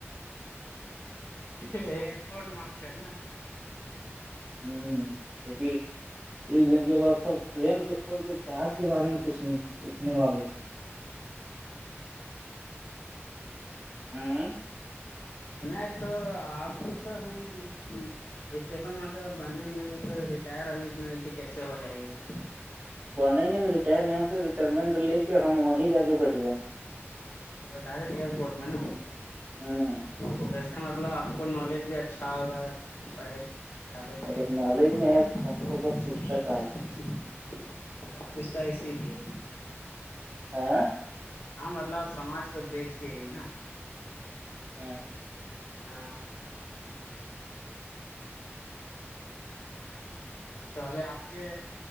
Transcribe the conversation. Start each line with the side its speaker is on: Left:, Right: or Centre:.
Left: ایئرپورٹ ماسٹر نا
Right: ہوں بھی کچھ دن کے بعد سب ٹرین کو چھوڑ کے جہاز کے بارے میںچ پوچھنے والے ہوں
Left: نہیں تو آپ کو تو نہیں اسٹیشن ماسٹر اب بنے ہی نہیں ہے تو ریٹائر ابھی اتنا جلدی کیسے ہو جائےے گا
Right: بنےیں گے ن ریٹائر یہاں سے ریٹائرمنٹ لے کے ہم وہیں جا کے بیٹھ جائیں
Left: ڈائریکٹ ایئرپورٹ میں ہے نا
Right: ہاں
Left: تو اس کا مطلب آپ کو نالج بھی اچھا ہوگا پڑھائی ل
Right: اگر
Left: جد تز
Right: نالج نہیں ہے تو ہم کو سب پوچھتا کا
Left: سب
Right: ہے
Left: کچھ تھا اسی لیے
Right: آاں
Left: ہاں مطلب آپ سماج کو دیکھ کے ہی نا
Right: ہاں
Left: ہاں تو ابھی آپ کے